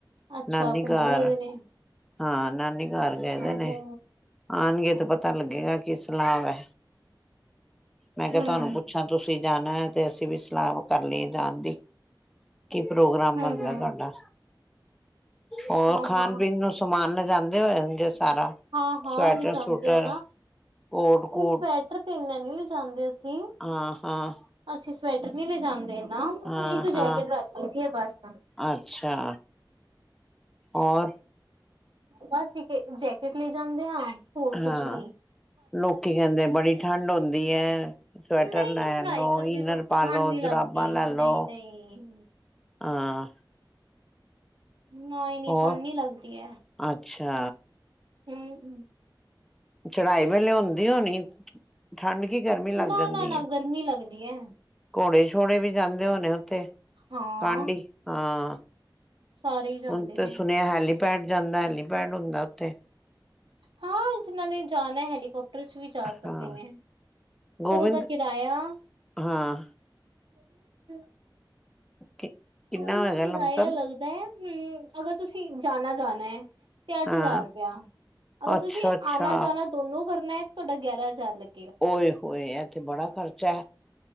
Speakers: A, on the right; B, in the centre.
A: ਅੱਛਾ
B: ਨਾਨੀ
A: ਘੁੰਮਣ
B: ਕਾਰ।
A: ਗਏ ਦੇ ਨੇ।
B: ਹਾਂ ਨਾਨੀ ਕਾਰ ਗਏ ਦੇ
A: ਓਹੋ
B: ਨੇ, ਆਣਗੇ ਤੇ ਪਤਾ ਲੱਗੇਗਾ ਕੀ ਸਲਾਹ ਵੈ? ਮੈਂ ਕੇਆ
A: ਹੂੰ,
B: ਤੁਆਨੂੰ ਪੁੱਛਾਂ ਤੁਸੀਂ ਜਾਣਾ ਏ ਤੇ ਅਸੀਂ ਵੀ ਸਲਾਹ ਕਰ ਲਈਏ ਜਾਨ ਦੀ। ਕੀ ਪ੍ਰੋਗਰਾਮ
A: ਹੂੰ-ਹੂੰ,
B: ਬਨਦਾ ਏ ਤੁਆਡਾ? ਹੋਰ
A: ਹਾਂ-ਹਾਂ,
B: ਖਾਣ ਪੀਣ ਨੂੰ ਸਮਾਨ ਲਿਜਾਂਦੇ ਹੋਏਂਗੇ ਸਾਰਾ?
A: ਹਾਂ-ਹਾਂ
B: ਸਵੈਟਰ
A: ਲਿਜਾਂਦੇ
B: ਸੂਟਰ
A: ਆ ਨਾ।
B: ਕੋਟ ਕੂਟ
A: ਨੀ ਸਵੈਟਰ ਤੇ ਇੰਨੇ ਨੀ ਲੇਜਾਂਦੇ ਅਸੀਂ।
B: ਹਾਂ ਹਾਂ
A: ਅਸੀਂ ਸਵੈਟਰ ਨੀ ਲਿਜਾਂਦੇ ਨਾ,
B: ਹਾਂ
A: ਇੱਕ
B: ਹਾਂ
A: ਜੈਕੇਟ ਰੱਖ ਲਈ ਦੀ ਏ ਬਾਸ।
B: ਅੱਛਾ। ਔਰ?
A: ਬਸ ਇੱਕੇ ਜੈਕਟ ਲੈ ਜਾਂਦੇ ਆਂ, ਹੋਰ ਕੁਛ
B: ਹਾਂ
A: ਨਈ।
B: ਲੋਕੀ ਕੈਂਦੇ ਬੜੀ ਠਾਂਢ ਹੁੰਦੀ ਐ, ਸਵੈਟਰ
A: ਨਹੀਂ
B: ਲੈਣ
A: ਚੜਾਈ
B: ਨੂੰ
A: ਕਰਦੇ
B: ਇਨਰ
A: ਵਕਤ
B: ਪਾਲੋ,
A: ਠੰਢ ਨੀ ਲੱਗਦੀ
B: ਜੁਰਾਬਾਂ ਲੈ ਲੋ,
A: ਨਹੀਂ-ਨਹੀਂ।
B: ਹਾਂ।
A: ਨਾ ਇੰਨੀ
B: ਹੋਰ
A: ਠਾਂਡ ਨੀ ਲੱਗਦੀ ਐ।
B: ਅੱਛਾ।
A: ਹਮ ਅਮ।
B: ਚੜਾਈ ਵੇਲੇ ਹੁੰਦੀ ਹੋਣੀ ਠਾਂਡ, ਕੀ ਗਰਮੀ ਲੱਗ
A: ਨਾ-ਨਾ-ਨਾ
B: ਜਾਂਦੀ ਏ?
A: ਗਰਮੀ ਲੱਗਦੀ ਹੈ।
B: ਕੋੜੇ ਸ਼ੋੜੇ ਵੀ ਜਾਂਦੇ ਹੋਣੇ ਓਥੇ
A: ਹਾਂ
B: ਕਾਂਢੀ? ਹਾਂ।
A: ਸਾਰੇ ਹੀ ਜਾਂਦੇ
B: ਹੁਣ ਤੇ
A: ਨੇ
B: ਸੁਣੇਆ ਏ ਹੈਲੀਪੈਡ ਜਾਂਦਾ ਏ, ਹੈਲੀਪੈਡ ਹੁੰਦਾ ਉਥੇ?
A: ਹਾਂ ਜਿਨਾਂ ਨੇ ਜਾਨਾ ਏ ਹੈਲੀਕੋਪਟਰ ਵਿੱਚ ਵੀ ਜਾ ਸਕਦੇ
B: ਹਾਂ
A: ਨੇ।
B: ਗੋਬਿੰਦ
A: ਪਰ ਓਦਾਂ ਕਿਰਾਏਆ
B: ਹਾਂ
A: <unintelligible>
B: ਕਿੰਨਾ
A: ਓਹਦਾ
B: ਹੋਏਗਾ
A: ਕਿਰਾਏਆ
B: ਲਮਸਮ
A: ਲੱਗਦਾ ਏ ਹਮ ਅਗਰ ਤੁਸੀਂ ਜਾਣਾ-ਜਾਣਾ ਏ। ਤੇ ਆਠ
B: ਹਾਂ
A: ਹਜ਼ਾਰ ਰੁਪਏਆ, ਅਗਰ
B: ਅੱਛਾ
A: ਤੁਸੀਂ
B: ਅੱਛਾ
A: ਆਨਾ ਜਾਨਾ ਦੋਨੋ ਕਰਨਾ ਏ ਤੁਆਡਾ ਗੇਆਰਾਂ ਹਜ਼ਾਰ ਲੱਗ
B: ਔਏ ਹੋਏ ਐ ਤੇ ਬੜਾ ਖ਼ਰਚਾ ਐ,